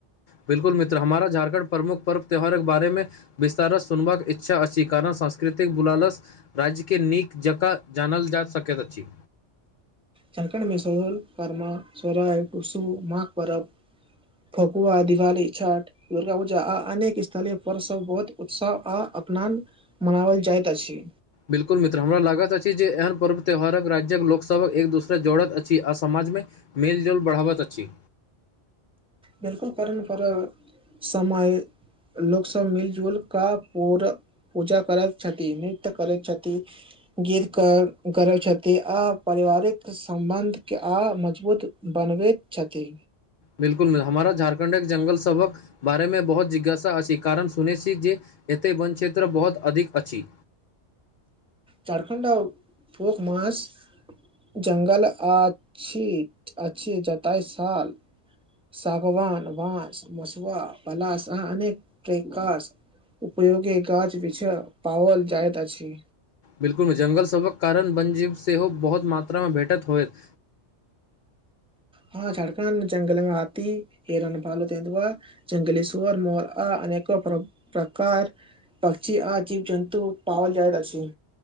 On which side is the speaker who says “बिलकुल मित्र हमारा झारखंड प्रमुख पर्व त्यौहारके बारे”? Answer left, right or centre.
Left